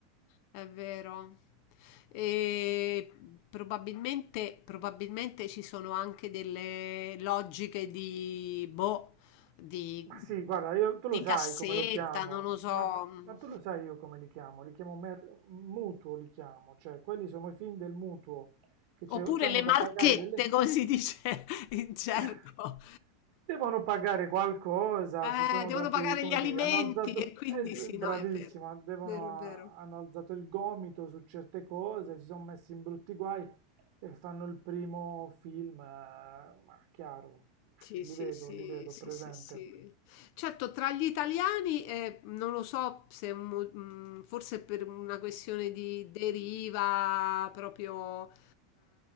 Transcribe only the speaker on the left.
È vero. E probabilmente, probabilmente ci sono anche delle logiche di, boh, di,
di
cassetta,
non lo so,
mh.
oppure
le
marchette,
come si dice <laughs> in gergo.
Eh,
devono
pagare
gli alimenti
e quindi
sì,
no, è vero,
vero, vero.
Sì,
sì,
sì,
sì,
sì, sì. Certo, tra gli italiani, eh, non lo so se mo- mh, forse per una questione di deriva proprio eh,